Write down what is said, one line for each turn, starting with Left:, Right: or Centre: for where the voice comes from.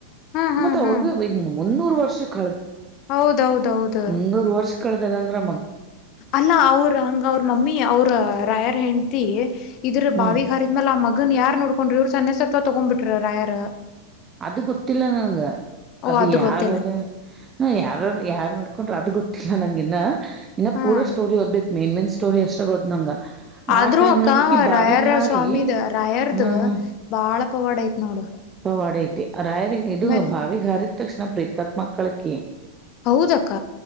Left: ಹಾ ಹಾ
Right: ಮತ್ತ ಅವ್ರಗ
Left: ಹಾ
Right: ಈ ಮುನ್ನೂರು ವರ್ಷ
Left: ಹೌದೌದೌದು
Right: ಮುನ್ನೂರು ವರ್ಷ ಕಳದಂದ್ರೆ
Left: ಅಲ್ಲ ಅವ್ರ ಹಂಗ ಅವ್ರ ಮಮ್ಮಿ ಅವ್ರ ರಾಯರ್ ಹೆಂಡತಿ ಇದ್ರ
Right: ಹ್ಮ್
Left: ಬಾವಿಗಾರಿದ್ಮ್ಯಾಲ ಆ ಮಗನ್ ಯಾರ್ ನೋಡ್ಕೊಂಡ್ರಿ ಇವ್ರು ಸಣ್ಣ ಸತ್ವ ತಗೊಂಡ್ಬಿಟ್ರ ರಾಯರ್
Right: ಅದು ಗೊತ್ತಿಲ್ಲ ನನ್ಗೆ
Left: ಓ
Right: ಅದು ಯಾರದ
Left: ಗೊತ್ತಿಲ್ಲ
Right: ಹಾ ಯಾರ ಯಾರ ನೋಡ್ಕೊಂಡ್ರರು ಅದ ಗೊತ್ತ ನಂಗ ಇನ್ನ ಇನ್ನ
Left: ಹ್ಮ್
Right: ಪೂರ ಸ್ಟೋರಿ ಓದ್ಬೇಕು ಮೇನ್ ಮೇನ್ ಸ್ಟೋರಿ ಅಷ್ಟ ಗೊತ್ತು ನಂಗ
Left: ಅದ್ರು
Right: ಆ ಟೈಮ್
Left: ಅಕ್ಕ
Right: ಒಳಗಕಿ ಬಾವಿಗ್
Left: ರಾಯರ್
Right: ಹಾರಿ
Left: ಸ್ವಾಮಿದ ರಾಯರ್ದ
Right: ಹಾ ಹಾ
Left: ಬಾಳ ಪವಾಡ ಐತೆ ನೋಡು
Right: ಪವಾಡ ಐತಿ ರಾಯರಿ ಇದು
Left: ಆಮೇಲೆ
Right: ಬಾವಿಗೆ ಹಾರಿದ ತಕ್ಷಣ ಪ್ರೆತಾತ್ಮ ಆಗ್ತಾಳೆ ಅಕಿ
Left: ಹೌದಕ್ಕ